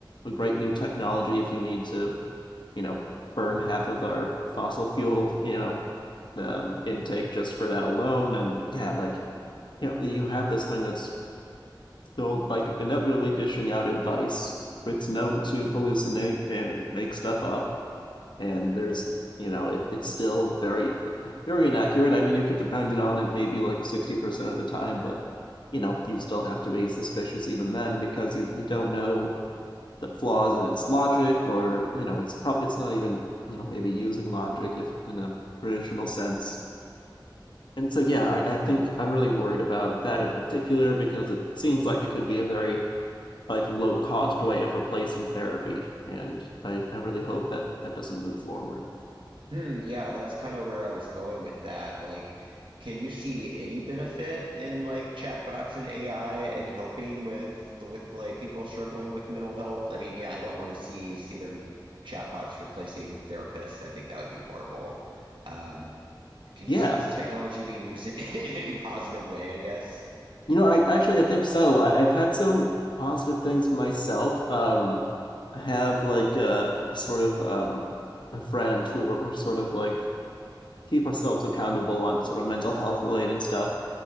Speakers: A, on the left; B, on the right.
A: a great new technology if you need to you know burn half of our fossil fuel you know um, intake just for that alone and yeah like you know you have this thing that's still like inevitably dishing out advice it's known to hallucinate and make stuff up and there's you know it, it's still very very inaccurate i mean you could depend on it maybe like 60% of the time but you know you still have to be suspicious even then because you you don't know the flaws in its logic or you know it's probably it's not even you know maybe using logic if in a traditional sense and so yeah I, I think i'm really worried about that in particular because it seems like it could be a very like low cost way of replacing therapy and i, I really hope that that doesn't move forward
B: Hmm, yeah, that's kind of where I was going with that. Like, can you see any benefit in like chatbots and AI and helping with with like people struggling with mental health? I mean, yeah, I don't want to see see them chatbots replacing therapists. I think that would be horrible. Um, can
A: yeah
B: you see this technology being used in <laughs> any positive way, I guess?
A: you know i actually i think so I, i've had some positive things myself um I have like a, a sort of um a friend who were, were sort of like keep ourselves accountable on sort of mental health related stuff.